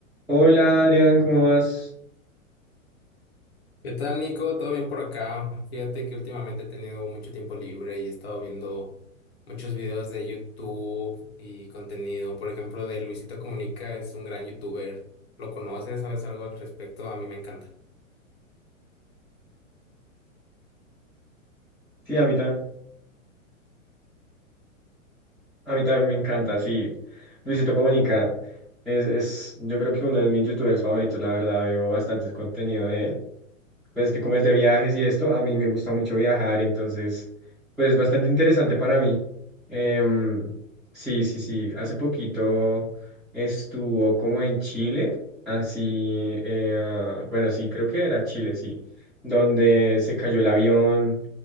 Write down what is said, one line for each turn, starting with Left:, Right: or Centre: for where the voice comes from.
Centre: Hola Adrián, ¿cómo vas?
Left: ¿Qué tal, Nico? ¿Todo bien por acá? Fíjate que últimamente he tenido mucho tiempo libre y he estado viendo muchos videos de YouTube y contenido. Por ejemplo, de Luisito Comunica, es un gran youtuber. ¿Lo conoces? ¿Sabes algo al respecto? A mí me encanta.
Centre: Sí, a mí, tam- a mí también me encanta, sí. Luisito Comunica es, es, yo creo que uno de mis youtubers favoritos, la verdad, veo bastantes contenido de él. pues que como es de viajes y esto, a mí me gusta mucho viajar, entonces, pues es bastante interesante para mí. Em, sí, sí, sí, hace poquito estuvo como en Chile, así, eh, bueno, sí, creo que era Chile, sí, donde se cayó el avión